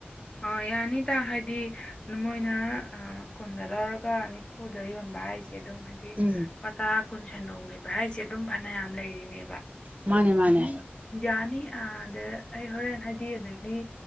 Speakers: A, on the left (about 25°); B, on the right (about 35°).
A: ꯑꯥ ꯌꯥꯅꯤꯗ ꯍꯥꯏꯗꯤ ꯅ ꯃꯣꯏꯅ ꯑꯥ ꯀꯨꯟꯗ ꯂꯧꯔꯒ ꯅꯤ ꯐꯨꯗ ꯌꯣꯟꯕ ꯍꯥꯏꯁꯦ ꯑꯗꯨꯝ ꯍꯥꯏꯗꯤ
B: ꯎꯝ
A: ꯂꯨꯄꯥ ꯇꯔꯥ ꯀꯨꯟ ꯁꯦꯟꯗꯣꯡ ꯂꯩꯕ ꯍꯥꯏꯁꯦ ꯑꯗꯨꯝ ꯐꯅꯌꯥꯝ ꯂꯩꯔꯤꯅꯦꯕ
B: ꯃꯥꯅꯦ ꯃꯥꯅꯦ
A: ꯑꯗꯨꯝ ꯌꯥꯅꯤ ꯑꯥ ꯑꯗ ꯑꯩ ꯍꯣꯔꯦꯟ ꯍꯥꯏꯗꯤ ꯑꯗꯒꯤ